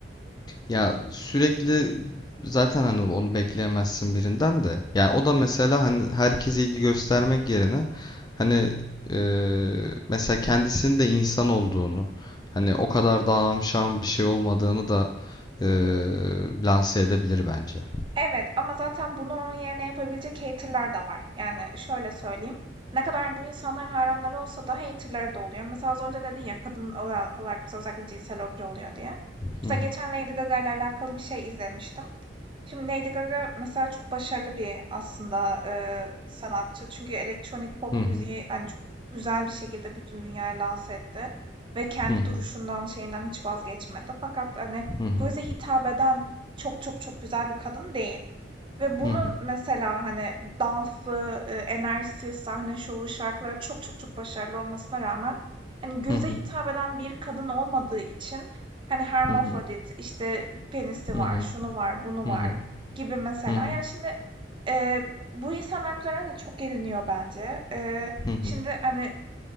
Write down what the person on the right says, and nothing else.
Evet ama zaten bunu onun yerine yapabilecek hater'lar da var. Yani şöyle söyleyeyim, ne kadar bu insanların hayranları olsa da hater'ları da oluyor. Mesela az önce dedin ya, kadın olarak mesela özellikle cinsel obje oluyor diye. Mesela
geçen Lady Gaga ile alakalı bir şey izlemiştim. Şimdi Lady Gaga mesela çok başarılı bir aslında e, sanatçı. Çünkü elektronik pop
müziği hani çok güzel bir şekilde bütün dünyayı lanse etti. Ve kendi
duruşundan şeyinden hiç vazgeçmedi. Fakat hani
göze hitap eden çok çok çok güzel bir kadın değil. Ve bunun
mesela, hani, dansı, eee, enerjisi, sahne şovu, şarkıları çok çok çok başarılı olmasına rağmen, hani, göze
hitap eden bir kadın olmadığı için, hani, hermafrodit,
işte, penisi
var,
şunu var, bunu
var
gibi mesela.
Ya, şimdi, eee, bu insanların üzerine de çok geliniyor bence. Eee,
şimdi,
hani,